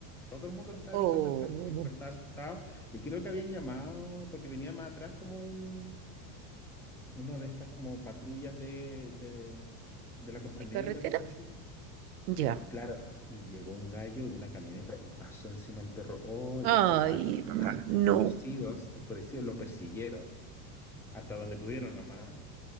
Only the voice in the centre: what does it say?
Todo el mundo lo estaba
evitando el perro. El perro estaba asustado y creo que habían llamado porque venía más atrás como un, uno de estas como patrullas de, de, de la costanera,
cosas así.
Claro, y llegó un gallo en una camioneta y pasó encima el perro. Oh,
y mi papá,
ah,
enfurecidos, enfurecidos, lo persiguieron. hasta donde pudieron nomás,